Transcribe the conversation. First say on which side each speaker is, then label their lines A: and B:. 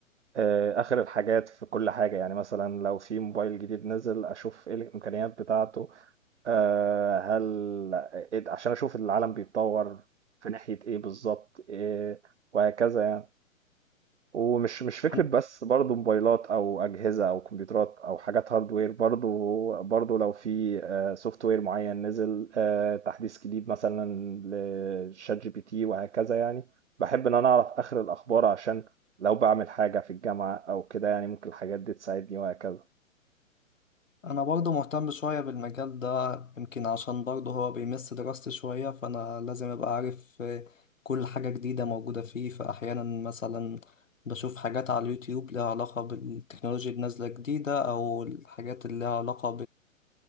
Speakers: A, on the right; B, on the left.
A: آه، آخر الحاجات في كل حاجة يعني مثلا لو في موبايل جديد نزل أشوف إيه الإمكانيات بتاعته آه، هل إيه- عشان أشوف العالم بيتطور في ناحية إيه بالظبط إيه وهكذا يعني ومش مش فكرة
B: أنا
A: بس برضو موبايلات أو أجهزة أو كمبيوترات أو حاجات هاردوير برضو برضو لو في سوفت وير معين نزل آه، تحديث جديد مثلا لشات جي بي تي وهكذا يعني بحب إن أنا أعرف آخر الأخبار عشان لو بعمل حاجة في الجامعة أو كده يعني ممكن الحاجات دي تساعدني وهكذا
B: أنا برضه مهتم شوية بالمجال ده يمكن عشان برضه هو بيمس دراستي شوية فأنا لازم أبقى عارف آه، كل حاجة جديدة موجودة فيه فأحيانا مثلا بشوف حاجات على اليوتيوب لها علاقة بالتكنولوجيا النازلة جديدة أو الحاجات اللي لها علاقة